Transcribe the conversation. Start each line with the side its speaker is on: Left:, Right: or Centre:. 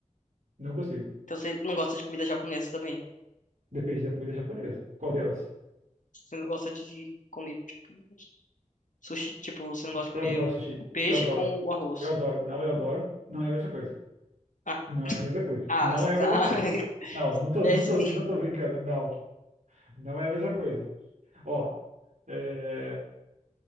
Right: Não consigo.
Left: Então você não gosta de comida japonesa também?
Right: Depende da comida japonesa. Qual delas?
Left: Você não gosta de comer, tipo, sushi, tipo, você não gosta de comer
Right: Eu adoro
Left: o,
Right: sushi.
Left: o peixe
Right: Eu adoro.
Left: com o arroz.
Right: Eu adoro. Não, eu adoro. Não é a mesma coisa.
Left: Ah,
Right: Não é a mesma coisa.
Left: ah,
Right: Não
Left: você
Right: é
Left: tá.
Right: a mesma coisa.
Left: <laughs>
Right: Não, não tô,
Left: É
Right: não
Left: sim.
Right: tô, não tô brincando. Não. Não é a mesma coisa. Ó, é,